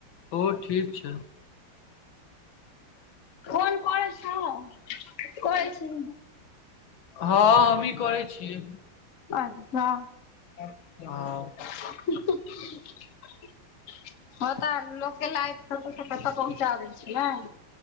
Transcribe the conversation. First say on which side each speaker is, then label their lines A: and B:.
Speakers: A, on the left; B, on the left.
A: ओ ठीक छै
B: फोन कर छ कर छी
A: हँ हमही करै छियै
B: अच्छा
A: हँ
B: <inaudible> ह तऽ लोकके लाइफतऽ पहुँचा दै छै ने